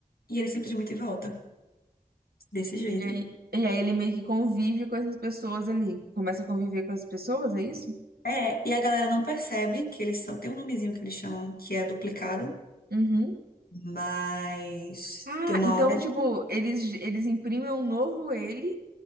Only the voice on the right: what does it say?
E aí, e aí ele meio que convive com essas pessoas ali. Começa a conviver com as pessoas, é isso?
Uhum.
Ah,
então,
tipo,
eles, eles imprimem um novo ele